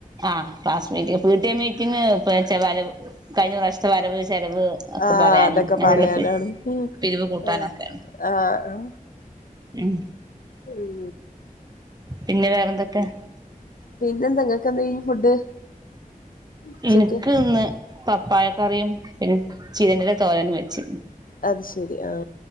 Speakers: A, on the right (about 30°); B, on the left (about 75°).
A: ആഹ് class meeting P T A meeting ഇപ്പെച്ചാ വരവ് കഴിഞ്ഞ പ്രാവ്ശ്യത്തെ വരവ് ചെലവ് ഒക്കെ
B: ആഹ്
A: പറയാനും
B: അതൊക്കെ
A: അതിനുള്ള
B: പറയാനാണ്. ഉം
A: പിരിവ് കൂട്ടാനൊക്കെയാണ്
B: ഉം ആഹ്
A: ഉം
B: ഉം
A: പിന്നെ വെറെ എന്തൊക്കെ
B: പിന്നെ എന്താ ഇങ്ങെക്ക് എന്തെയ്നി ഫുഡ് ഉച്ചക്ക്
A: എനിക്ക് ഇന്ന് പപ്പായക്കറിയും പിന്നെ ചീരന്റെ എല തോരനും വെച്ച്
B: അത് ശെരി ആഹ്